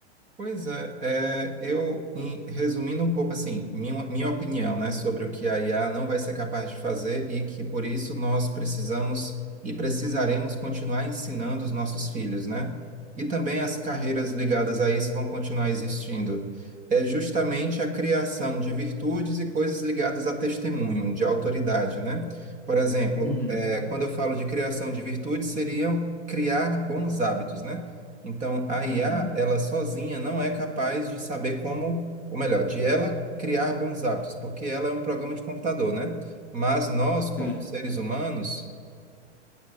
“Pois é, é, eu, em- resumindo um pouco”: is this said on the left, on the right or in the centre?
Right